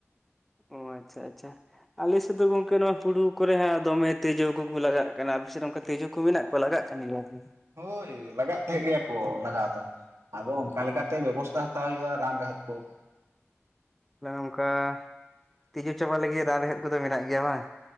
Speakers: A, in the centre; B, on the right (about 70°).
A: ᱚ ᱟᱪᱷᱟ ᱟᱪᱷᱟ᱾ ᱟᱞᱮ ᱥᱮ ᱫᱚ ᱜᱚᱝᱠᱮ ᱱᱚᱣᱟ ᱦᱩᱲᱩ ᱠᱚᱨᱮ ᱦᱟ ᱫᱚᱢᱮ ᱛᱮᱡᱳ ᱠᱚᱠᱚ ᱞᱟᱜᱟᱜ ᱠᱟᱱᱟ ᱟᱯᱮ ᱥᱮᱫᱚ ᱚᱝᱠᱟ ᱛᱮᱡᱳ ᱠᱚ ᱢᱮᱱᱟᱜ ᱠᱚᱣᱟ ᱞᱟᱜᱟᱜ ᱠᱟᱱ ᱜᱮᱭᱟ ᱠᱚ᱾
B: ᱦᱳᱭ ᱞᱟᱜᱟᱜ ᱛᱟᱦᱮᱸᱜ ᱜᱮᱭᱟ ᱠᱚ ᱞᱟᱜᱟᱣ ᱫᱚ᱾ ᱟᱫᱚ ᱚᱱᱠᱟ ᱞᱮᱠᱟ ᱛᱮ ᱵᱮᱵᱚᱥᱛᱟ ᱦᱟᱛᱟᱣ ᱦᱳᱭᱳᱜᱼᱟ ᱨᱟᱱ ᱨᱮᱦᱮᱫ ᱠᱚ᱾
A: ᱚᱱᱮ ᱚᱝᱠᱟ ᱛᱤᱡᱩ ᱪᱟᱵᱟ ᱞᱟᱹᱜᱤ ᱨᱟᱱ ᱨᱮᱦᱮᱫ ᱠᱚᱫᱚ ᱢᱮᱱᱟᱜ ᱜᱮᱭᱟ ᱵᱟᱝ᱾